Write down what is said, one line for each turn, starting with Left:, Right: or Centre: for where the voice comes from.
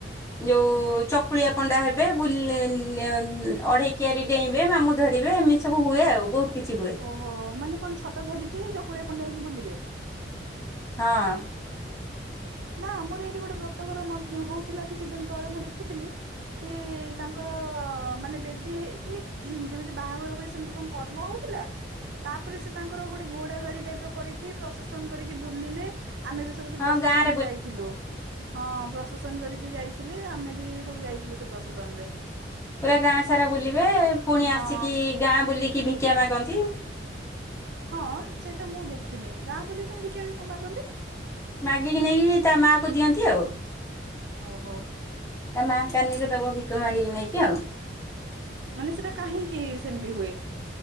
Left: ଯୋଉ ଚକୁଳିଆ ପଣ୍ଡା ହେବେ ବୁଲେ ନେ ଅଁ ଅଢେଇକିଆରି ଡେଇଁବେ ମାମୁଁ ଧରିବେ ଏମି ସବୁ ହୁଏ ଆଉ ବହୁତ କିଛି ହୁଏ।
Right: ଓ ହୋ ମାନେ କଣ ଛତା ଧରିକି ଚକୁଳିଆ ପଣ୍ଡା ହେଇକି ବୁଲିବେ?
Left: ହଁ
Right: <inaudible> ନା ଆମର ଏଇଠି ଗୋଟେ ବ୍ରତଘର ମଝି ହଉଥିଲା କିଛି ଦିନ ତଳେ ମୁଁ ଦେଖିଥିଲି କି ତାଙ୍କର ମାନେ ବେଦୀ ହେଇକି ଯେମିତି ବାହାଘର ହୁଏ ସେମିତି କଣ କର୍ମ ହଉଥିଲା। ତାପରେ ସେ ତାଙ୍କର ଗୋଟେ ଘୋଡା ଗାଡି ଟାଇପ ର କରିକି ପ୍ରଶେସନ କରିକି ବୁଲିଲେ ଆମେ ବି ସବୁ
Left: ହଁ
Right: ପ୍ରସେସନରେ
Left: ଗାଁ
Right: ସେ ଯାଇଥିଲୁ ହଁ ପ୍ରଶେସନ କରିକି ଯାଇଥିଲେ ଆମେ ବି ସବୁ ଯାଇଥିଲୁ ସେ ପ୍ରଶେସନ ରେ
Left: ପୁରା ଗାଁ ସାରା ବୁଲିବେ ପୁଣି
Right: ହଁ
Left: ଆସିକି ଗାଁ ବୁଲିକି ଭିକ୍ୟା ମାଗନ୍ତି।
Right: ହଁ ସେଇଟା ମୁଁ ଦେଖିନି ଗାଁ ବୁଲିକି କାହିଁ ଭିକ୍ୟା ମାଗନ୍ତି?
Left: ମାଗିକି ନେଇକି ତା ମାଆକୁ ଦିଅନ୍ତି ଆଉ।
Right: ଓ ହୋ
Left: ତା ମା କାନିରେ ଦବ ଭିକ ମାଗିକି ନେଇକି ଆଉ
Right: ମାନେ ସେଇଟା କାହିଁକି ସେମିତି ହୁଏ?